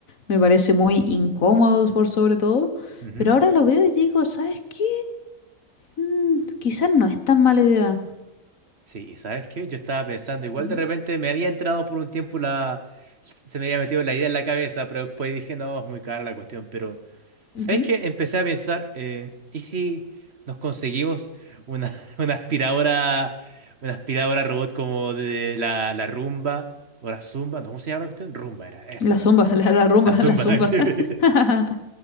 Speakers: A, on the left; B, on the right.
A: Me parece muy incómodo por sobre todo,
B: Ujú,
A: pero
B: ujú.
A: ahora lo veo y digo, ¿sabes qué? Mm, quizás no es tan mala idea.
B: Sí, y ¿sabes qué? Yo estaba pensando, igual
A: Ujú,
B: de repente me había entrado por un tiempo la... Se me había metido la idea en la cabeza, pero después dije, no, es muy cara la cuestión, pero... ¿Sabéis
A: ujú.
B: que empecé a pensar, eh, ¿y si nos conseguimos una, <laughs> una aspiradora, una aspiradora robot como de la, la Rumba o la Zumba? No, ¿cómo se llama la cuestión? Rumba era eso.
A: La zumba, <laughs> la, la rumba,
B: La Zumba,
A: la zumba.
B: <laughs> nada que ver.
A: <laughs>